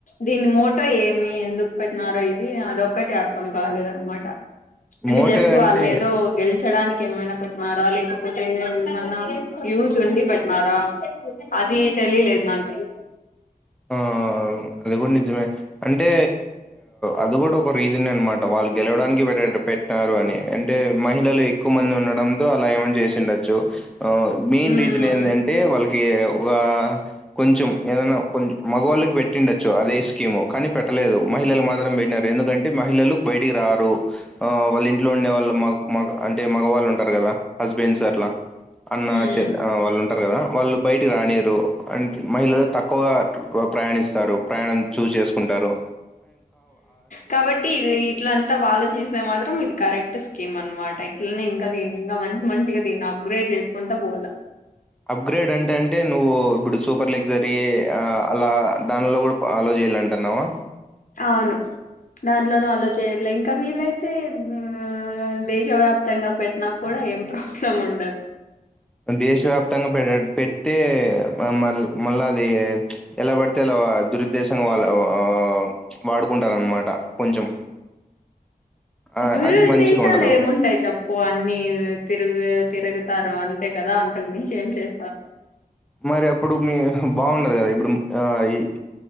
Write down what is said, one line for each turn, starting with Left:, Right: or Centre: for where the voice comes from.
Left: దీని మోటో ఏమి ఎందుకు పెట్టినారో ఇది అదొక్కటి అర్థం కాలేదు అనమాట అంటే
Centre: మోటివ్
Left: జస్ట్
Centre: అంటే
Left: వాళ్లేదో గెలిచడానికి ఏమైనా పట్టినారా లేకపోతే ఏమన్నా యూస్ ఉండి పెట్టినారా అది తెలిలేదు నాకి
Centre: ఆ అది కూడా నిజమే అంటే అది కూడా ఒక రీజనే అనమాట వా వాళ్ళు గెలవడానికి పెట్ పెట్నారు అని అంటే మహిళలు ఎక్కువ మంది ఉండడంతో అలా ఏమన్నా చేసిండొచ్చు. మెయిన్
Left: హ్మ్.
Centre: రీజన్ ఏంది అంటే వాళ్ళకి ఒక కొంచెం ఏదనా మగవాళ్ళకి పెట్టిండొచ్చు. అదే స్కీము కానీ పెట్టలేదు మహిళలు మాత్రం పెట్టినారు ఎందుకంటే మహిళలు బయటికి రారు వాళ్ళు ఇంట్లో ఉండే వాళ్ళు మగ్ మగ అంటే మగవాళ్ళు ఉంటారు కదా హస్బెండ్స్ అట్లా అన్న
Left: హ్మ్. హ్మ్.
Centre: చె ఆ వాళ్ళు ఉంటరు కదా వాళ్ళు బయటికి రానిరు అంట మహిళలు తక్కువగా ప్రయాణిస్తారు ప్రయాణం చూజ్ జేసుకుంటారు
Left: కాబట్టి ఇది ఇట్లంతా వాళ్ళు చేసే మాత్రం ఇది కరెక్ట్ కేం అనమాట ఇట్లనే ఇంకా దీని ఇంగ మంచి మంచిగా దీన్ని అప్గ్రేడ్ చేసుకుంటా పోల్ల
Centre: అప్గ్రేడ్ అంటే అంటే నువ్వు ఇప్పుడు సూపర్ లె సరి ఆ అలా దానిలో కూడా అలో చేయల్ల అంటున్నావా
Left: అవును దాంట్లోనూ అలో చేయల్ల ఇంకా వీలైతే ఆ దేశవ్యాప్తంగా పెట్నా కూడా ఏం ప్రాబ్లం ఉండదు
Centre: దేశవ్యాప్తంగా పెట్టీ మల్ మళ్ళా అది ఎలా పడితే అలా దురుద్దేశంగా వాళ్ళ ఆ వాడు కుంటారనమాట కొంచెం ఆ,
Left: దురుద్దేశాలు
Centre: అది మంచిగా ఉండదు
Left: ఏముంటాయి చప్పు అన్ని తిరుగు తిరుగు చెస్తారు అంతే కదా అంతకు మించి ఏం చేస్తారు
Centre: మరి అప్పుడు మీ బాగుండదు కదా ఇప్పుడు ఆ ఇ